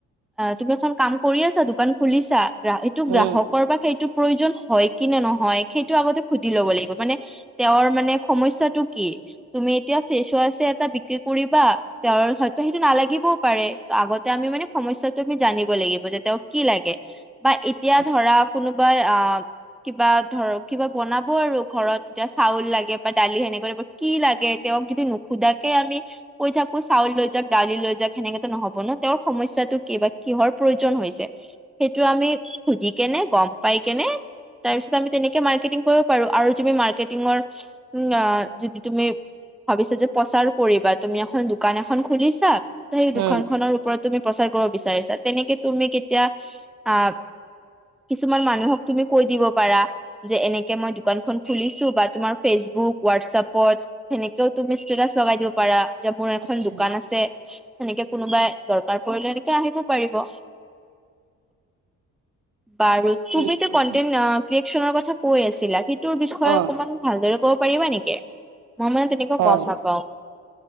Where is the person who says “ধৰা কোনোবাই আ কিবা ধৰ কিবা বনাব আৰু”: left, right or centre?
Centre